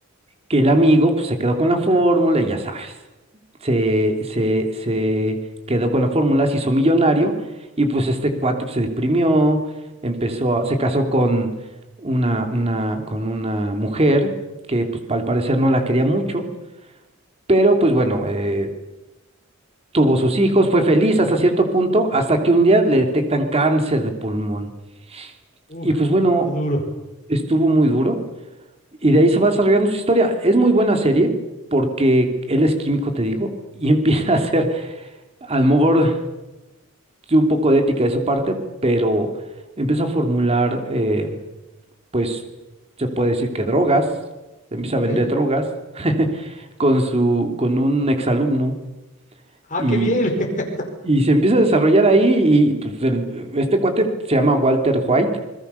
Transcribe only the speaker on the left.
Uf,
qué duro,
ok.
Ah,
qué bien. <laughs>